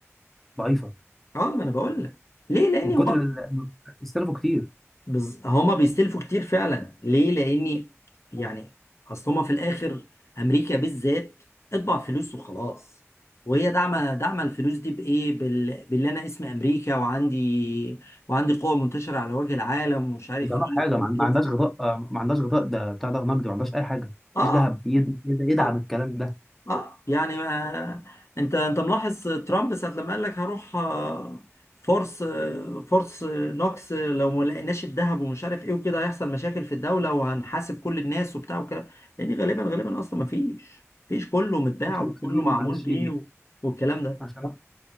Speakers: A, in the centre; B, on the left (about 65°).
A: ضعيفه
B: اه ما انا بقول لك ليه لان
A: من كتر
B: هو
A: ال... استلفوا كتير
B: بز... هما بيستلفوا كتير فعلا ليه لاني يعني اصل هما في الاخر امريكا بالذات اطبع فلوس وخلاص وهي داعمه داعمه الفلوس دي بايه بال... باللي انا اسمي امريكا وعندي وعندي قوه منتشره على وجه العالم ومش عارف
A: مش عندها
B: ايه
A: حاجه
B: وحاجات
A: ما عن- ما عندهاش
B: كده.
A: غطاء آه، ما عندهاش غطاء ده بتاع ده نقدي ما عندهاش اي حاجه
B: اه
A: مفيش ذهب يد... يد... يدعم
B: اه
A: الكلام ده
B: اه يعني ما انت انت ملاحظ ترامب ساعة لما قال لك هروح آه، فورس آه، فورس آه، نوكس آه، لو ما لقيناش الذهب ومش عارف ايه وكده هيحصل مشاكل في الدولة وهنحاسب كل الناس وبتاع وكده لان غالبا غالبا اصلا ما فيش فيش كله متباع
A: فورس
B: وكله
A: نوكس دي
B: معمول
A: معلش
B: بيه
A: ايه دي
B: و- والكلام ده
A: عشان